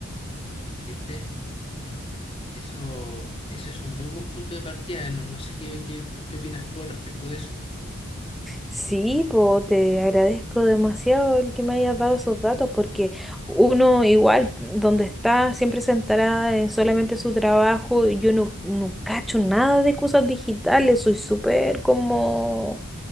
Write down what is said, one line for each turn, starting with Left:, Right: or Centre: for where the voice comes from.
Left: ¿viste? Eso, eso es un muy buen punto de partida. No, no sé qué, qué, qué opinas tú al respecto de eso.
Centre: Sí, po, te agradezco demasiado el que me hayas dado esos datos, porque uno igual, donde está siempre centrada en solamente su trabajo, yo no, no cacho nada de cosas digitales, soy súper como